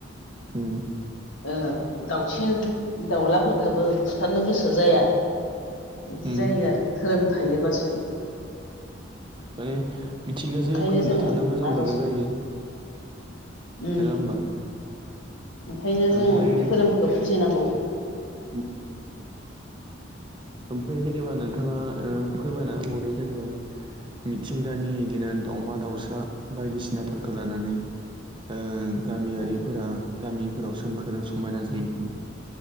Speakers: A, on the right; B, on the left.
A: ओ
B: ओ दाउसिन दाउलाफोरखौबो फुथारनो गोसो जाया बिदि
A: उम उम
B: जायो आरो धोरोम थायोबासो
A: माने मिथिंगाजों
B: ओंखायनो
A: गोरोबना
B: जोङो
A: थानो मोजां
B: आर'ज
A: मोनग्रा जायो।
B: उम
A: नङा होमबा?
B: ओंखायनो जों
A: ओमफ्राय
B: धोरोमखौ फुजिनांगौ।
A: <inaudible> ओमफ्राय जेनेबा नोंथाङा ओ फोरमायना होबावदो जेनेबा मिथिंगानि बिदिनो दावमा दाउसा बायदिसिनाफोरखौ लानानै ओ गामियारिफोरा
B: उम
A: गामिफोराव सोमखोरो समायना जायो।